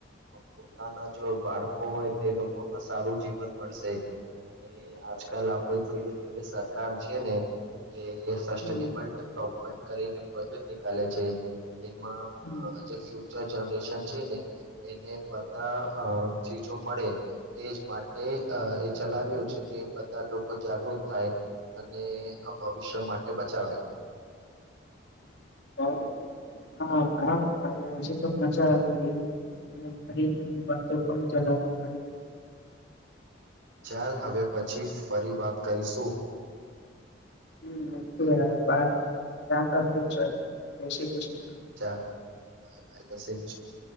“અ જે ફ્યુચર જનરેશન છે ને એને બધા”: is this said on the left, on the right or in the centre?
Right